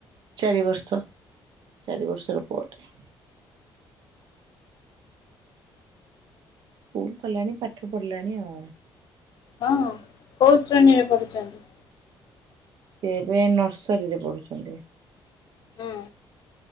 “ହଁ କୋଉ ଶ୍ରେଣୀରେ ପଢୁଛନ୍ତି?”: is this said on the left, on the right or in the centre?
Left